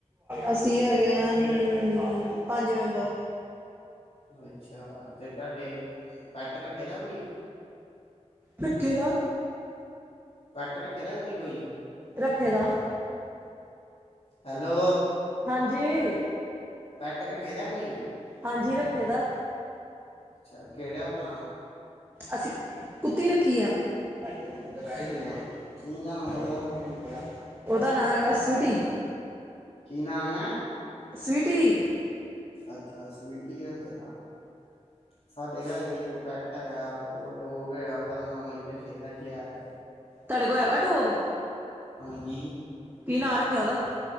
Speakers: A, on the right (about 20°); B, on the left (about 60°).
A: ਅਸੀ ਹੈਗੇ ਆ, ਪੰਜ ਮੈਂਬਰ।
B: ਅੱਛਾ, 'ਤੇ ਤੁਹਾਡੇ, ਪੱਟ ਰੱਖੇ ਦਾ ਕੋਈ।
A: ਰੱਖੇ ਦਾ।
B: ਪੱਟ ਰੱਖੇ ਦਾ ਤੁਸੀਂ ਕੋਈ।
A: ਰੱਖੇ ਦਾ।
B: ਹੈਲੋ।
A: ਹਾਂਜੀ
B: ਪੈਟ ਰੱਖੇਦਾ ਕੋਈ
A: ਹਾਂਜੀ ਰੱਖੇ ਦਾ
B: ਅੱਛਾ ਕਿਹੜਾ ਭਲਾ
A: ਅਸੀਂ ਕੁੱਤੀ ਰੱਖੀ ਐ <unintelligible>
B: ਅੱਛਾ ਕੀ ਨਾਮ ਉਹਦਾ
A: ਉਹਦਾ ਨਾਂ ਹੈਗਾ ਸਵੀਟੀ
B: ਕੀ ਨਾਮ ਹੈ
A: ਸਵੀਟੀ
B: ਅੱਛਾ ਸਵੀਟੀ ਰ ਫੇਰ ਸਾਡੇ ਘਰ ਵੀ ਇੱਕ ਪੈਟ ਹੈਗਾ ਉਹ ਡੋਗ ਹੈਗਾ ਉਹਦਾ ਨਾਮ ਅਹੀਂ ਰੱਖੇ ਦਾ ਜੈਕ
A: ਤੁਹਾਡੇ ਕੋ ਹੈਗਾ ਡੋਗ
B: ਹਾਂਜੀ
A: ਕੀ ਨਾਂ ਰੱਖਿਆ ਉਹਦਾ